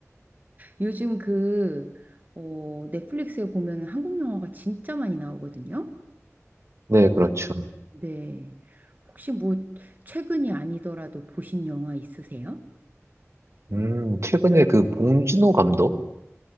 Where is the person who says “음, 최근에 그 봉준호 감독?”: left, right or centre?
Right